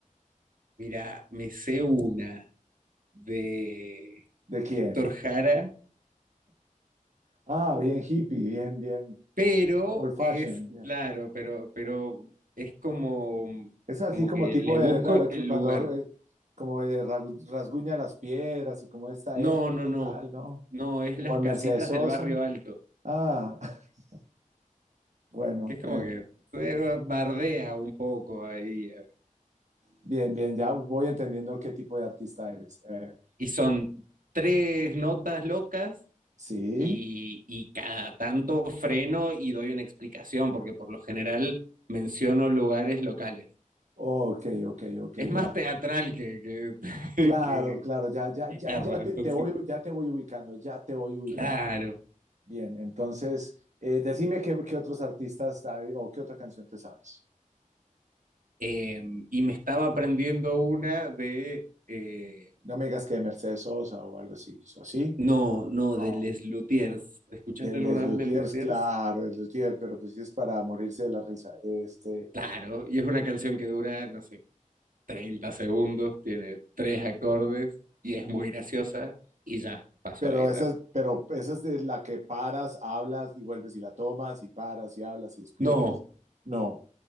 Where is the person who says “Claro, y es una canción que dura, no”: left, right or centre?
Right